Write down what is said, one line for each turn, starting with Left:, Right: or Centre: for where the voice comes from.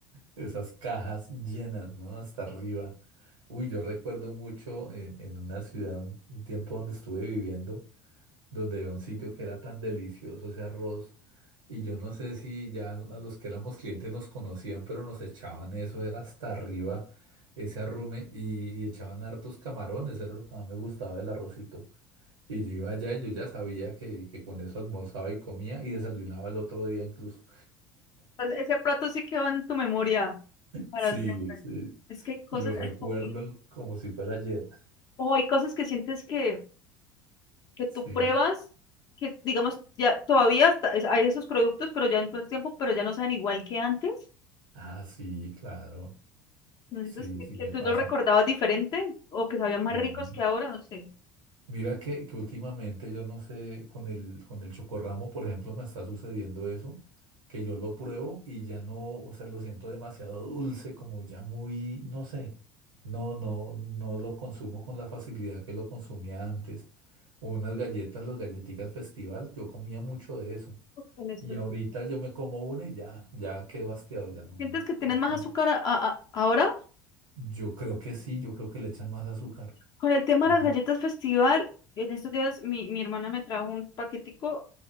Right: esas cajas llenas, ¿no? Hasta arriba. Uy, yo recuerdo mucho en, en una ciudad, un un tiempo donde estuve viviendo, donde había un sitio que era tan delicioso ese arroz. Y yo no sé si ya a los que éramos clientes nos conocían, pero nos echaban eso, era hasta arriba ese arrume y, y echaban hartos camarones, era lo que más me gustaba del arrocito. Y yo iba allá y yo ya sabía que, que con eso almorzaba y comía y desayunaba el otro día incluso.
Left: Pues, ese plato sí quedó en tu memoria para
Right: Sí,
Left: siempre.
Right: sí,
Left: Es que hay cosas,
Right: Y lo recuerdo
Left: hay, co-
Right: como si fuera ayer.
Left: oh, hay cosas que sientes que que tú
Right: Sí.
Left: pruebas, que digamos, ya todavía está- es- hay esos productos, pero ya en todo el tiempo, pero ya no saben igual que antes.
Right: Ah, sí, claro.
Left: ¿No sientes
Right: Sí,
Left: que,
Right: sí
Left: que
Right: me
Left: tú
Right: pasa.
Left: los recordabas diferente o que sabían más
Right: Sí.
Left: ricos que ahora? No sé.
Right: Mira que, que últimamente yo no sé, con el, con el chocorramo, por ejemplo, me está sucediendo eso, que yo lo pruebo y ya no, o sea, lo siento demasiado dulce, como ya muy, no sé, no, no, no lo consumo con la facilidad que lo consumía antes. Unas galletas, las galletitas festival, yo comía mucho de eso.
Left: En estos
Right: Y ahorita
Left: días.
Right: yo me como una y ya, ya quedo hastiado, ya no.
Left: ¿Sientes que tienes
Right: ya
Left: más
Right: con-
Left: azúcar a- a- a- ahora?
Right: Yo creo que sí, yo creo que le echan más azúcar.
Left: Con el tema
Right: Ujú.
Left: de las galletas festival, en estos días mi, mi hermana me trajo un paquetico